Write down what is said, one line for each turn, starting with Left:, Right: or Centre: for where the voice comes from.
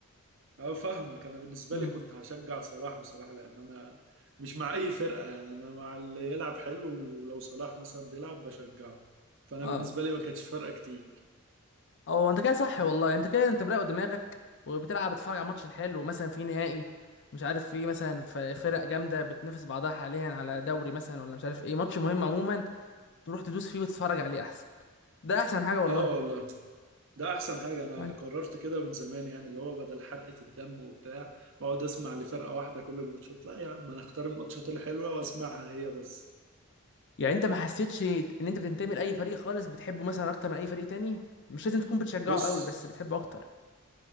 Right: أه فاهمك أنا بالنسبة
Left: امم
Right: لي كنت هشجع صلاح بصراحة لأن أنا مش مع أي فرقة يعني أنا مع اللي يلعب حلو ولو صلاح مثلا بيلعب بشجعه فأنا
Left: اه
Right: بالنسبة لي ما كانتش فارقة كتير
Left: هو انت كده صح والله انت كده انت مراقب دماغك وبتلعب بتتفرج على ماتش الحلو مثلا في نهائي مش عارف في مثلا ف- فرق جامده بتنافس بعضها حاليا على دوري مثلا ولا مش عارف ايه ماتش مهم عموما تروح تدوس فيه وتتفرج عليه احسن ده احسن حاجه والله
Right: أه والله ده أحسن حاجة أنا
Left: أيوة.
Right: قررت كده من زمان يعني اللي هو بدل حرقة الدم وبتاع بقعد أسمع لفرقة واحدة كل الماتشات لا يا عم أنا أختار الماتشات الحلوة وأسمعها هي بس
Left: يعني انت ما حسيتش ان انت بتنتمي لاي فريق خالص بتحبه مثلا اكتر من اي فريق تاني مش لازم تكون بتشجعه
Right: بص
Left: قوي بس بتحبه اكتر